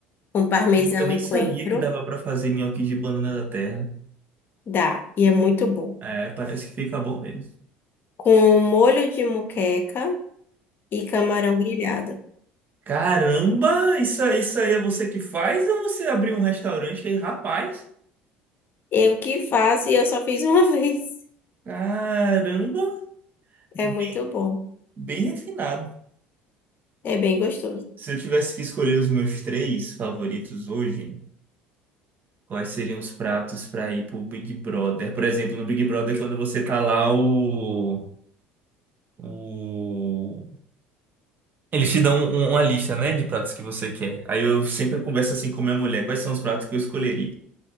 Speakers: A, on the left; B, on the right.
A: com parmesão
B: Eu nem
A: e
B: sabia
A: coentro.
B: que dava pra fazer nhoque de banana da terra.
A: Dá, e é muito bom.
B: É, parece que fica bom mesmo.
A: Com molho de moqueca e camarão grelhado.
B: Caramba, isso, isso aí é você que faz ou você abriu um restaurante que rapaz?
A: Eu que faço e eu só fiz uma <laughs> vez.
B: Caramba,
A: É
B: bem,
A: muito bom.
B: bem refinado.
A: É bem gostoso.
B: Se eu tivesse que escolher os meus três favoritos hoje, quais seriam os pratos para ir pro Big Brother? Por exemplo, no Big Brother, quando você tá lá, o, o... Eles te dão um- uma lista, né, de pratos que você quer. Aí eu sempre converso assim com minha mulher, quais são os pratos que eu escolheria?